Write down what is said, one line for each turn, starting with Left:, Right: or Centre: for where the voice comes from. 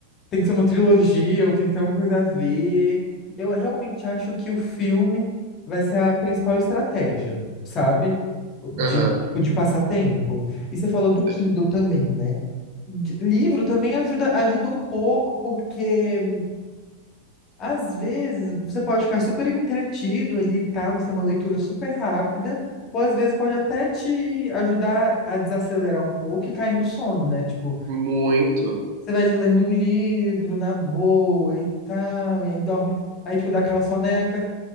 Left: tem que ser uma trilogia, ou tem que ter alguma coisa a ver. Eu realmente acho que o filme vai ser a principal estratégia, sabe? De,
Right: Aham,
Left: tipo, de passar tempo. E você falou do Kindle
Right: sei.
Left: também, né? De- livro também ajuda, ajuda um pouco, porque às vezes você pode ficar super entretido ali e tal, e ser uma leitura super rápida, ou às vezes pode até te ajudar a desacelerar um pouco e cair no sono, né? Tipo,
Right: Muito.
Left: você vai lendo um livro na boa e tal, e aí dorme. Aí, tipo, dá aquela soneca,